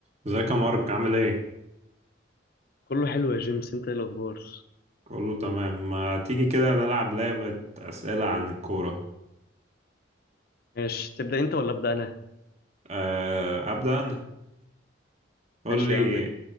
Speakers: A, on the right; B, on the left.
A: ازيك يا مارك عامل ايه؟
B: كله حلو يا جيمس انت ايه الاخبار
A: كله تمام ما تيجي كده نلعب لعبة أسئلة عن الكورة
B: ماشي تبدا انت ولا ابدا انا
A: أه أبدأ أنا قول
B: ماشي
A: لي
B: يا عم